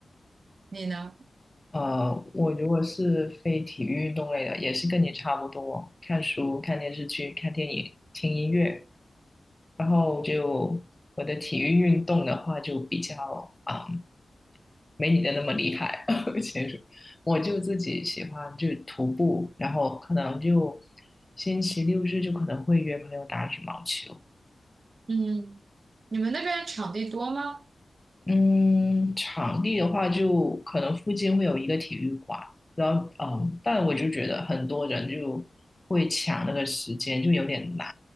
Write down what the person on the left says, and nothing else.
呃，我如果是非体育运动类的，也是跟你差不多，看书、看电视剧、看电影、听音乐。然后就我的体育运动的话，就比较啊、嗯没你的那么厉害。<laughs> 其实我就自己喜欢就徒步，然后可能就星期六日就可能会约朋友打羽毛球。
嗯，场地的话，就可能附近会有一个体育馆，然后嗯，但我就觉得很多人就会抢那个时间，就有点难。